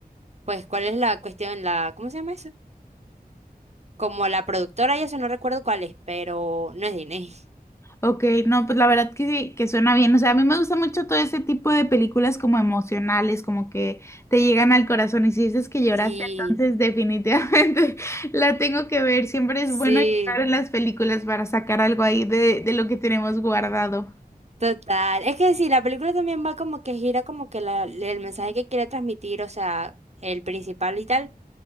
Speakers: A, on the right (about 45°); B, on the left (about 15°).
A: pues cuál es la cuestión, la, ¿cómo se llama eso? Como la productora y eso no recuerdo cuál es, pero no es Disney. <laughs>
B: ok, no, pues la verdad que sí, que suena bien. O sea, a mí me gusta mucho todo ese tipo de películas como emocionales, como que te llegan al corazón y si dices que lloraste,
A: Sí,
B: entonces definitivamente <laughs> la tengo que ver. Siempre es
A: sí,
B: bueno llorar en las películas para sacar algo ahí de, de lo que tenemos guardado.
A: total. Es que sí, la película también va como que gira como que la- el mensaje que quiere transmitir, o sea, el principal y tal.